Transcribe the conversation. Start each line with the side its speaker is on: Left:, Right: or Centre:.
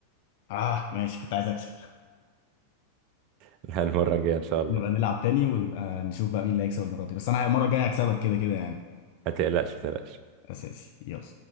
Left: اه ماشي كنت عايز اكسب
Right: <laughs> المرة الجاية
Left: <laughs>
Right: إن شاء الله
Left: نبقى نلعب تاني ونبقى نشوف بقى مين اللي هيكسب المره دي بس انا المره الجايه هكسبك كده كده يعني
Right: ما تقلقش ما تقلقش
Left: اساسي يلا